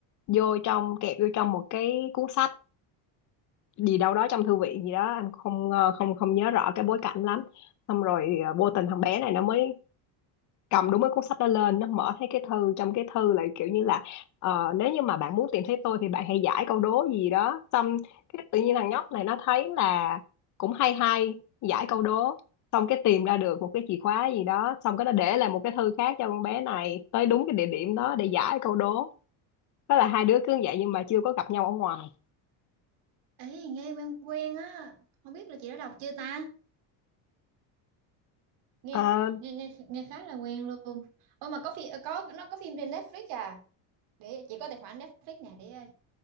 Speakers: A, on the left; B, on the right.
A: vô trong kẹp vô trong một cái cuốn sách gì đâu đó trong thư viện gì đó anh không ờ, không không nhớ rõ cái bối cảnh lắm xong rồi à, vô tình thằng bé này nó mới cầm đúng cái cuốn sách đó lên nó mở thấy cái thư trong cái thư lại kiểu như là ờ, nếu như mà bạn muốn tìm thấy tôi thì bạn hãy giải câu đố gì đó xong cái tự nhiên thằng nhóc này nó thấy là cũng hay hay giải câu đố xong cái tìm ra được một cái chìa khóa gì đó xong cái nó để lại một cái thư khác cho con bé này tới đúng cái địa điểm đó để giải câu đố đó là hai đứa cứ như vậy nhưng mà chưa có gặp nhau ở ngoài
B: Ê, nghe quen quen á, không biết là chị đã đọc chưa ta? nghe
A: Ờ,
B: nghe nghe nghe khá là quen luôn ôi mà có phim có nó có phim trên Netflix à để chị có tài khoản Netflix nè để ờ,